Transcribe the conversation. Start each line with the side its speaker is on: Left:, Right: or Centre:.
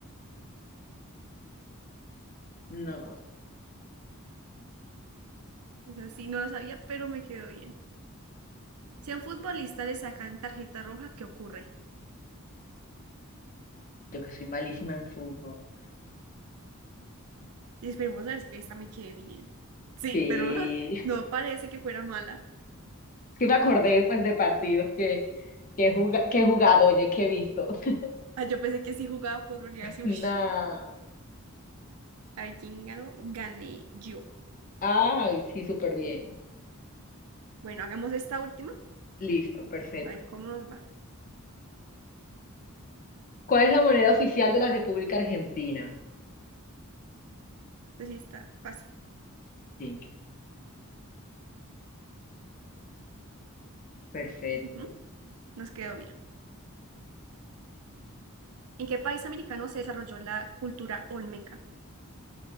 Left: No,
Right: Es así, no lo sabía, pero me quedó bien. Si a un futbolista le sacan tarjeta roja, ¿qué ocurre?
Left: yo que soy malísima en fútbol.
Right: Y esperemos a ver si esta me quede bien. Sí,
Left: Sí,
Right: pero <laughs>
Left: <laughs> es
Right: no parece que fuera mala.
Left: que me acordé pues de partidos que, que, he juga- que he jugado, oye, que he visto. <laughs>
Right: Ah, yo pensé que si jugaba fútbol, yo iba a decir,
Left: Nah.
Right: uy, a ver quién ganó, gané yo.
Left: Ay, sí, súper bien.
Right: Bueno, hagamos esta última,
Left: Listo, perfecto.
Right: a ver cómo nos va.
Left: ¿Cuál es la moneda oficial de la República Argentina?
Right: Así está fácil.
Left: Sí, perfecto.
Right: Ujú, Nos quedó bien. ¿En qué país americano se desarrolló la cultura olmeca?